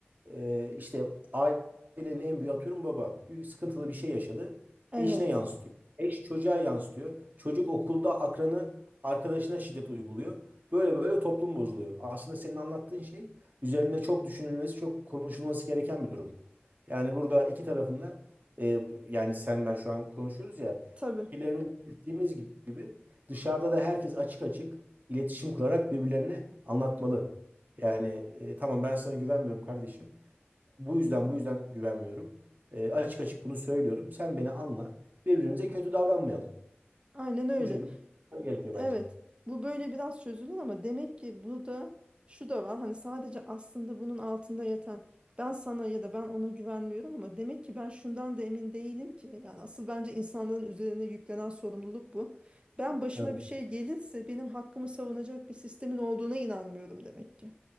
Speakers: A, on the right; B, on the right.
A: Ee, işte ailenin en büyüğü atıyorum baba. Büyük sıkıntılı bir şey yaşadı.
B: evet.
A: Eşine yansıtıyor. Eş çocuğa yansıtıyor. Çocuk okulda akranı arkadaşına şiddet uyguluyor. Böyle böyle toplum bozuluyor. Aslında senin anlattığın şey üzerine çok düşünülmesi, çok konuşulması gereken bir durum. Yani burada iki tarafında e, yani sen ben şu an konuşuyoruz ya
B: Tabii.
A: fikirlerimizi belirttiğimiz gibi dışarıda da herkes açık açık iletişim kurarak birbirlerine anlatmalı. Yani e, tamam ben sana güvenmiyorum kardeşim. Bu yüzden bu yüzden güvenmiyorum. E, açık açık bunu söylüyorum. Sen beni anla. Birbirimize kötü davranmayalım.
B: Aynen öyle.
A: Bu şekilde gerekiyor
B: Evet,
A: bence.
B: bu böyle biraz çözülür ama demek ki burada şu da var. Hani sadece aslında bunun altında yatan ben sana ya da ben ona güvenmiyorum ama demek ki ben şundan da emin değilim ki. Yani asıl bence insanların üzerine yüklenen sorumluluk bu. Ben başıma
A: Evet.
B: bir şey gelirse benim hakkımı savunacak bir sistemin olduğuna inanmıyorum demek ki.